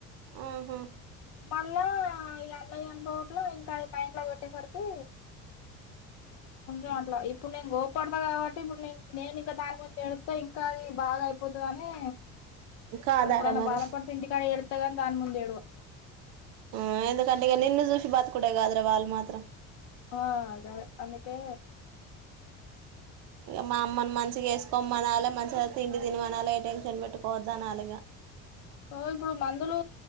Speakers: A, on the right; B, on the left.
A: ఆహా
B: మళ్ళా ఈ అన్నయ్యన్న డోప్ల ఇంకా <unintelligible> కొట్టేసరికి కొంచెం అట్లా ఇప్పుడు నేను గోప్పడతా గావట్టి ఇప్పుడు నేన్ నేను ఇంక దాని ముందు ఇంకా అది బాగా అయిపోతదని
A: కాదారా
B: ఎప్పుడన్న
A: మరి
B: బాదపడితె ఇంటికాడ ఎడ్ తగని దాన్ ముందేడువ
A: ఊ ఎందుకంటె ఇగ నిన్ను జూషి బత్కుడేగాద్ర వాల్మాత్ త్రం
B: ఆ అదదే అందు తే
A: ఇగ మా అమ్మని మంచిగా ఏసుకోమనలె మంచి త తిండి తినిమానలె ఏ టైన్షన్ పెట్టుకోవద్దా అనలిగ
B: ఓ ఇప్పుడు మందులు